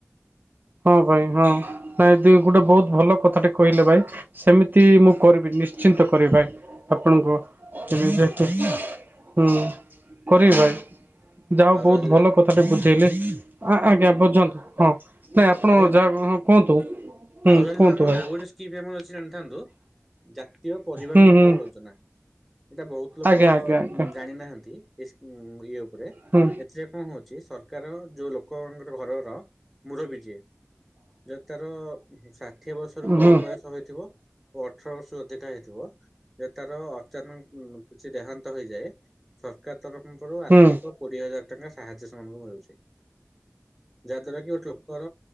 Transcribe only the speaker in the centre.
ଆଉ
ରହିଲା
ଆଉ ରହ
ଆଉ ରହିଲା
ଆମ
ଆଉ ଗୋଟେ ସ୍କିମ୍ ଆମର ଅଛି ଜାଣିଥାନ୍ତୁ ଜାତୀୟ ପରିବାର
ମଙ୍ଗଳ
ଯୋଜନା ଏଇଟା ବହୁତ ଲୋକ
ଜାଣିନାହାନ୍ତି ଇସ ଉଁ ଇଏ ଉପରେ
ଏଥିରେ କଣ ହଉଚି ପ୍ରକାର ଯୋଉ ଲୋକମାନଙ୍କର ଘରର ମୁରବି କିଏ ଯଦି ତାର ଷା ଷାଠିଏ ବର୍ଷରୁ କମ୍
ବୟସ ହୋଇଥିବ ଓ ଅଠର ବର୍ଷରୁ ଅଧିକା ହୋଇଥିବ। ଯେ ତାର ଅଚାନକ କିଛି ଦେହାନ୍ତ ହୋଇଯାଏ ସରକାର୍ ତରଫରୁ ଆର୍ଥିକ
କୋଡିଏ ହଜାର ଟଙ୍କା ସାହାଯ୍ୟ ସେମାନଙ୍କୁ ମିଳୁଚି। ଯାହା ଦ୍ଵାରା କି ଗୋଟେ ଲୋକର